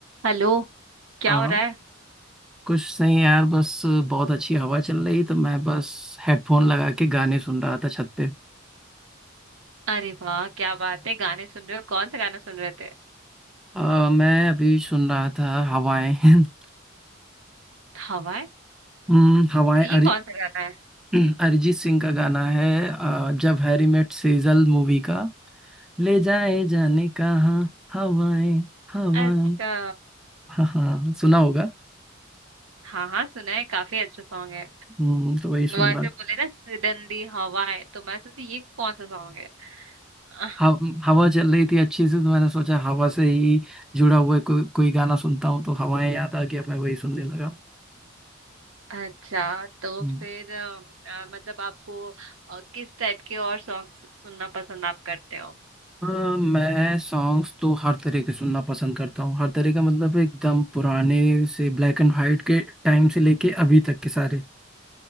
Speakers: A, on the right; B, in the centre.
A: Hello क्या
B: हाँ
A: हो रहा है
B: कुछ नहीं यार बस बहुत अच्छी हवा चल रही तो मैं बस हेडफोन लगा के गाने सुन रहा था छत पे
A: अरे वाह क्या बात है गाने सुन रहे हो कौन सा गाना सुन रहे थे
B: अ, मैं अभी सुन रहा था हवाएं <laughs>
A: हवा है
B: हम्म, हवाएं
A: ये
B: अरि,
A: कौन सा गाना है
B: <clears throat> अरिजीत सिंह का गाना है अ, Jab Harry met Sejal movie का ले जाए जाने कहाँ हवाएं हवाएं
A: अच्छा
B: हाँ हाँ सुना होगा
A: हाँ हाँ सुना है काफी अच्छा सॉन्ग है
B: हम्म, तो वही सुन
A: वैसे
B: रहा था।
A: बोले ना सिडनली हवा है तो मैं सोची ये कौन सा सॉन्ग है आह,
B: हव, हवा चल रही थी अच्छी से तो मैंने सोचा हवा से ही जुड़ा हुआ कोई कोई गाना सुनता हूँ तो हवाएं याद आ गया मैं वही सुनने लगा
A: अच्छा तो
B: हम्म।
A: फिर अ, अ, मतलब आपको अ, किस टाइप के और सॉन्ग सुनना पसंद आप करते हो
B: अ, मैं सॉन्ग्स तो हर तरह के सुनना पसंद करता हूँ हर तरह का मतलब एकदम पुराने से ब्लैक एंड वाइट के टाइम से लेके अभी तक के सारे